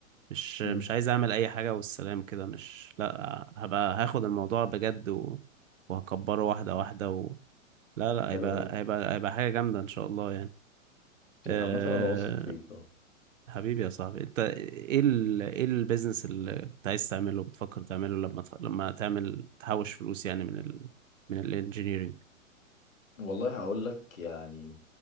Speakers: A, on the right; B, on the left.
A: مش مش
B: امم
A: عايز اعمل اي حاجه والسلام كده مش لا هبقى هاخد الموضوع بجد و... وهكبره واحده واحده و... لا لا
B: حلو
A: هيبقى
B: قوي
A: هيبقى هيبقى حاجه جامده ان شاء الله يعني آه،
B: عامة انا واثق فيك اه
A: حبيبي يا صاحبي انت ايه ال... ايه البيزنس اللي كنت عايز تعمله بتفكر تعمله لما تخ... لما تعمل تحوش فلوس يعني من ال... من الانجينيرينج
B: والله هقول لك يعني